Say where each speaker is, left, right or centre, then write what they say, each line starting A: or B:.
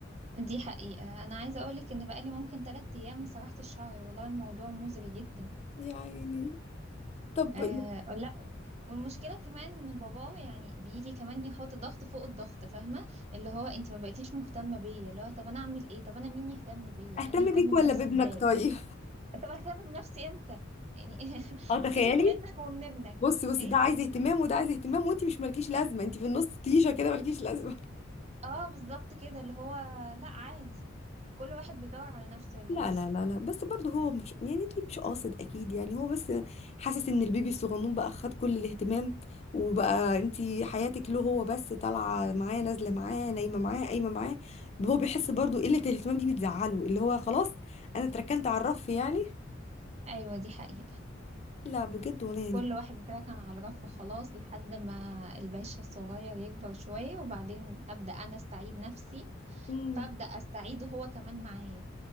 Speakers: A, on the right; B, on the left.
A: دي حقيقة انا عايزة اقولك ان بقالي ممكن تلات ايام ما سرحت الشعر والله الموضوع مزري جدا
B: يا عيني طب
A: آه لا والمشكلة كمان ان باباه يعني بيجي كمان يحط ضغط فوق الضغط فاهمة اللي هو انت ما بقيتيش مهتمة بيا اللي هو طب انا اعمل ايه طب انا مين يهتم بيا
B: اهتم
A: انا اهتم
B: بيك ولا
A: بنفسي
B: بابنك
A: ازاي
B: طيب
A: طب اهتم بنفسي امتى يعني <laughs>
B: اه تخيلي
A: سيبك منك ومن ابنك
B: بص بص
A: ايه
B: ده عايز اهتمام وده عايز اهتمام وانت مش مالكيش لازمه انت في النص تيشه كده مالكيش لازمه <laughs>
A: اه بالظبط كده اللي هو لا عادي كل واحد بيدور على نفسه يا بنتي
B: لا لا لا لا بس برضه هو مش يعني انت مش قاصد اكيد يعني هو بس حاسس ان البيبي الصغنون بقى خد كل الاهتمام وبقى انت حياتك له هو بس طالعه معاه نازله معاه نايمه معاه قايمه معاه هو بيحس برضه قله الاهتمام دي بتزعله اللي هو خلاص انا اتركنت على الرف يعني
A: ايوه دي حقيقة
B: لا بجد ولا
A: كل
B: يعني
A: واحد اتركن على رف خلاص لحد ما الباشا الصغير يكبر شوية وبعدين ابدأ انا استعيد نفسي
B: مم.
A: فابدأ استعيده هو كمان معايا